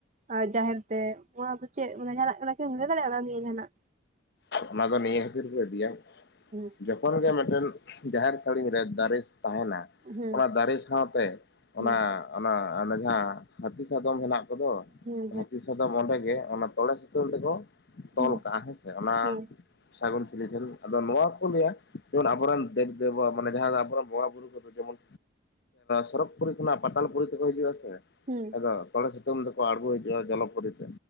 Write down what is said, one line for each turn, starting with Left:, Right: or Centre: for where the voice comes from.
Right: ᱟᱨ ᱡᱟᱦᱮᱨ ᱛᱮ ᱚᱱᱟ ᱫᱚ ᱪᱮᱫ ᱡᱟᱦᱟᱞᱱᱟᱜ ᱠᱟᱱᱟ ᱠᱤ ᱞᱟᱹᱭ ᱫᱟᱲᱮᱭᱟᱜᱼᱟ ᱚᱱᱟ ᱱᱤᱭᱟᱹ ᱡᱟᱦᱟᱱᱟᱜ
Left: ᱚᱱᱟ ᱫᱚ ᱱᱤᱭᱟᱹ ᱠᱷᱟᱹᱛᱤᱨ ᱠᱚ ᱤᱫᱤᱭᱟ
Right: ᱦᱩᱸ
Left: ᱡᱚᱠᱷᱚᱱ ᱛᱚᱠᱷᱚᱱ ᱜᱮ ᱢᱤᱫᱴᱮᱱ ᱡᱟᱦᱮᱨ ᱥᱟᱹᱲᱤᱧ ᱨᱮ ᱫᱟᱨᱮᱡ ᱛᱟᱦᱮᱱᱟ
Right: ᱦᱩᱸ
Left: ᱚᱱᱟ ᱫᱟᱨᱮ ᱥᱟᱶᱛᱮ ᱚᱱᱟ
Right: ᱦᱩᱸ
Left: ᱚᱱᱟ ᱡᱟᱦᱟᱸ ᱦᱟᱹᱛᱤ ᱥᱟᱫᱚᱢ ᱦᱮᱱᱟᱜ ᱠᱚᱫᱚ
Right: ᱦᱩᱸ
Left: ᱦᱟᱛᱤ ᱥᱟᱫᱚᱢ ᱚᱸᱰᱮ ᱜᱮ ᱚᱱᱟ ᱛᱚᱲᱮ ᱥᱩᱛᱟᱹᱝ ᱛᱮᱠᱚ
Right: ᱦᱩᱸ
Left: ᱛᱚᱞ ᱠᱟᱜᱼᱟ ᱦᱮᱸᱥᱮ ᱚᱱᱟ
Right: ᱦᱩᱸ
Left: ᱥᱟᱹᱜᱩᱱ ᱴᱷᱤᱞᱤ ᱡᱟᱨᱩᱨ ᱟᱫᱚ ᱱᱚᱣᱟ ᱠᱚ ᱞᱟᱹᱭᱟ ᱡᱮᱢᱚᱱ ᱟᱵᱚᱨᱮᱱ ᱫᱮᱵ ᱫᱮᱵᱟ ᱢᱟᱱᱮ ᱡᱟᱦᱟᱸ ᱟᱵᱚ ᱨᱮᱱ ᱵᱚᱸᱜᱟ ᱵᱩᱨᱩ ᱩᱱᱠᱩ ᱠᱚᱫᱚ ᱡᱮᱢᱚᱱ ᱥᱚᱨᱚᱠ ᱯᱩᱨᱤ ᱠᱷᱚᱱᱟᱜ ᱯᱟᱛᱟᱞ ᱯᱩᱨᱤ ᱛᱮᱠᱚ ᱦᱤᱡᱩᱜᱼᱟ ᱥᱮ
Right: ᱦᱩᱸ
Left: ᱟᱫᱚ ᱛᱚᱲᱮ ᱥᱤᱛᱩᱝ ᱛᱮᱠᱚ ᱟᱬᱜᱳ ᱦᱤᱡᱩᱜᱼᱟ ᱡᱚᱞᱚ ᱯᱩᱨᱤ ᱛᱮ